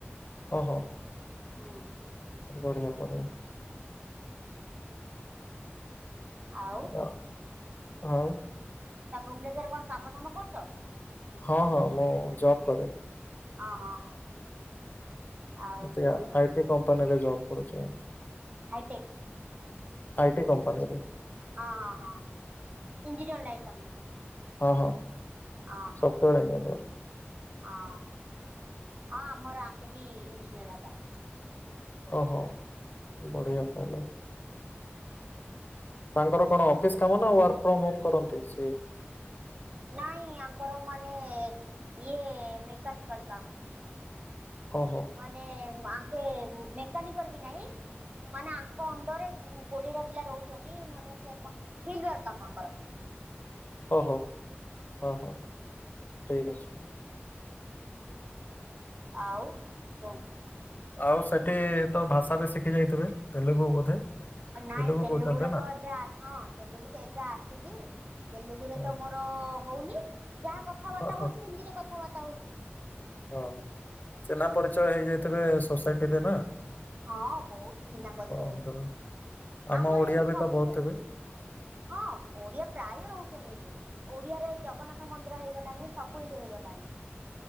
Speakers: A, on the left; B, on the right.
A: ଓହୋ।
B: ହୁଁ।
A: ବଢିଆ ବଢିଆ।
B: ଆଉ
A: ହ ଆଉ
B: ତମେ ଭୁବନେଶ୍ୱରରେ କଣ କାମ ଦାମ କରୁଛ?
A: ହଁ ହଁ ମୁଁ ଜବ୍ କରେ।
B: ଅହ ହଁ। ଆଉ
A: ଏ
B: କୁହନ୍ତୁ
A: ଆଇଟି କମ୍ପାନୀରେ ଜବ କରୁଛି।
B: ହାଇଟେକ୍।
A: ଆଇଟି କମ୍ପାନୀରେ।
B: ହଁ ହଁ ହଁ ଏଞଜିନିୟର ଲାଇନ ତମେ।
A: ହଁ ହଁ
B: ହଁ ହଁ
A: ସଫ୍ଟୱେୟାର ଇଞ୍ଜିନିୟର।
B: ହଁ ହଁ ମୋର ଆଙ୍କେ ବି ଇଞ୍ଜିନିୟରବା।
A: ଓହୋ ବଢ଼ିଆ ତାହେଲେ। ତାଙ୍କର କଣ ଅଫିସ କାମ ନା ୱାର୍କ ଫ୍ରମ ହୋମ କରନ୍ତି ସିଏ।
B: ନାଇଁ ଆଙ୍କର ମାନେ ଇଏ ମେକାନିକାଲ କାମ।
A: ଓହୋ।
B: ମାନେ ଆଙ୍କେ ମେକାନିକର ବି ନାହିଁ। ମାନେ ଆଙ୍କ ଅଣ୍ଡରରେ କୋଡିଏଟା ପିଲା ରହୁଛନ୍ତି ମାନେ ସେ କ ଥିଲ ୱାର୍କ୍ କାମ ଆଙ୍କର।
A: ଓହୋ ଅହ
B: ହୁଁ
A: ଓ ହୋ ଠିକ୍ ଅଛି।
B: ଆଉ କୁହନ୍ତୁ?
A: ଆଉ ସେଠି ତୋ ଭାଷା ବି ଶିଖି ଯାଇଥିବେ ତେଲୁଗୁ ବୋଧେ।
B: ନାଇଁ
A: ତେଲୁଗୁ
B: ତେଲୁଗୁଡା
A: କହୁଛନ୍ତି ନା।
B: ତ ଏବେ ହଁ ତେଲୁଗୁ ତ ଏବେ ଆସିଲି ତେଲୁଗୁରେ
A: ହଁ
B: ତ ମୋ ମୋର ହଉନି ଯାହା କଥାବାର୍ତ୍ତା
A: ହଁ ହଁ
B: ହଉଛି ହିନ୍ଦୀରେ କଥାବାର୍ତ୍ତା ହଉଛି।
A: ହଁ, ଚିହ୍ନାପରିଚୟ ହେଇଯାଇଥିବେ ସୋସାଇଟିରେ ନାଁ।
B: ହଁ, ବହୁତ୍ ଚିହ୍ନା ପରିଚୟ ହେଲି
A: ଅଞ୍ଚଳରେ। ଆମ
B: ଆମର
A: ଓଡିଆ
B: ଏଇଠି
A: ବି
B: ସବୁ
A: ତ ବହୁତ ଥିବେ
B: ହଁ, ଓଡିଆ ପ୍ରାୟ ରହୁଛନ୍ତି ଏଠି। ଓଡିଆରେ ଜଗନ୍ନାଥ ମନ୍ଦିର ହେଇଗଲାଣି ସବୁ ଏଇଠି ହେଇଗଲାଣି।